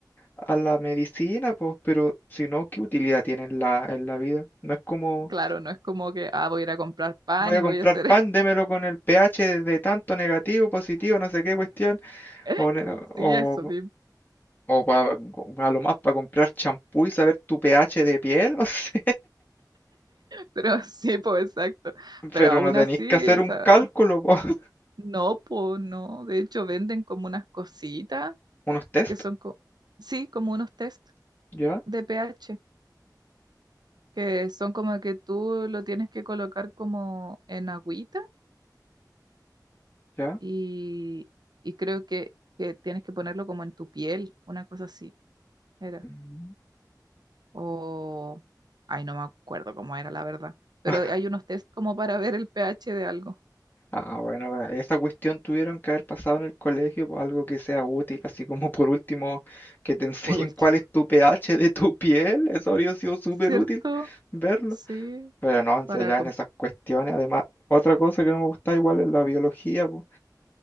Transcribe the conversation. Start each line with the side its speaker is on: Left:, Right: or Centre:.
Left: a la medicina, pues, pero si no, ¿qué utilidad tiene en la, en la vida? No es como...
Right: Claro, no es como que, ah, voy a ir a comprar pan
Left: Voy a
Right: y
Left: comprar
Right: voy a hacer,
Left: pan, démelo con el pH de tanto negativo, positivo, no sé qué cuestión.
Right: <laughs>
Left: O, ne- o,
Right: sí, eso, sí,
Left: o pa- a lo más para comprar champú y saber tu pH de piel, <laughs> no sé.
Right: pero <laughs> sí, pues exacto. Pero
Left: Pero
Right: aún
Left: no tenéis
Right: así,
Left: que
Right: esa,
Left: hacer un cálculo, po. <laughs>
Right: no, pues no. De hecho, venden como unas cositas
Left: Unos test.
Right: que son, co- sí, como unos test
Left: ¿Ya?
Right: de pH, que son como que tú lo tienes que colocar como en agüita
Left: ¿Ya?
Right: y, y creo que, que tienes que ponerlo como en tu piel, una cosa así, era.
Left: Mm.
Right: o... Ay, no me acuerdo cómo era la verdad, pero
Left: <laughs>
Right: hay unos test como para ver el pH de algo,
Left: Ah, bueno, va, esa cuestión tuvieron que haber pasado en el colegio, po, algo que sea útil, así como por último que te <laughs>
Right: por último.
Left: enseñen cuál es
Right: <laughs>
Left: tu pH de tu piel, eso habría sido súper
Right: ¿Cierto?
Left: útil verlo.
Right: Sí,
Left: Pero no, entonces
Right: para...
Left: ya
Right: com-
Left: en esas cuestiones, además, otra cosa que no me gusta igual es la biología, po.